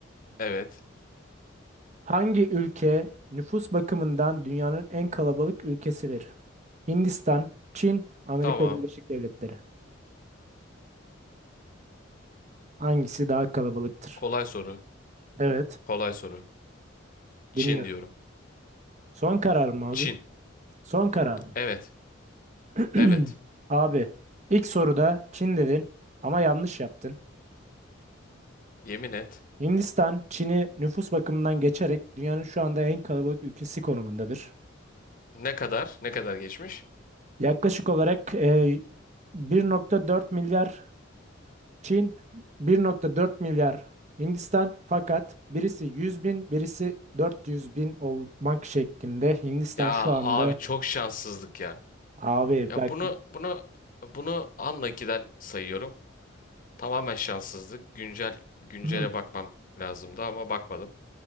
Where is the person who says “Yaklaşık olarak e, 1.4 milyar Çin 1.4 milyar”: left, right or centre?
Right